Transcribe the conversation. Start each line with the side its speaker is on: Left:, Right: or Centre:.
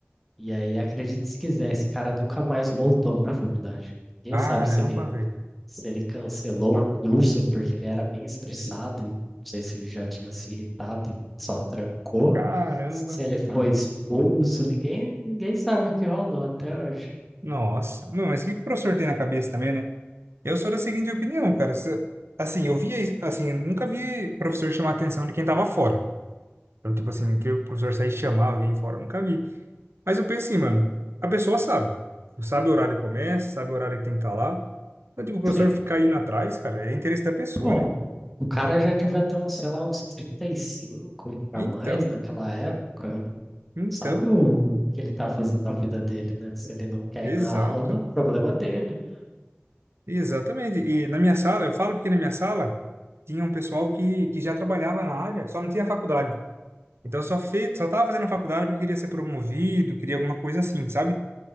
Centre: E aí, acredite se quiser, esse cara nunca mais voltou para a faculdade. Ninguém
Right: Caramba,
Centre: sabe se ele
Right: velho.
Centre: se ele cancelou o curso porque ele era bem estressado, e não sei se ele já tinha se irritado e só trancou,
Right: Caramba.
Centre: se ele foi expulso, ninguém ninguém sabe o que rolou até hoje.
Right: Nossa. Meu, mas o que que o professor tem na cabeça também, né? Eu sou da seguinte opinião, cara. Se- assim, eu via, isso- assim, nunca vi professor chamar a atenção de quem tava fora. Então, tipo assim, que o professor sair chamar alguém fora, eu nunca vi. Mas eu pensei, mano, a pessoa sabe. Sabe o horário que começa, sabe o horário que tem que estar lá. Então, tipo, o professor
Centre: Sim,
Right: ficar indo atrás, cara, é interesse da pessoa,
Centre: bom.
Right: né?
Centre: O cara já devia ter uns, sei lá, uns 35 para
Right: Então,
Centre: mais naquela época.
Right: então,
Centre: sabe o que ele tá fazendo na vida dele, né? Se ele não quer
Right: exato,
Centre: ir na aula, problema dele.
Right: exatamente. E na minha sala, eu falo porque na minha sala tinha um pessoal que, que já trabalhava na área, só não tinha faculdade. Então, só fez, só tava fazendo a faculdade porque queria ser promovido, queria alguma coisa assim, sabe?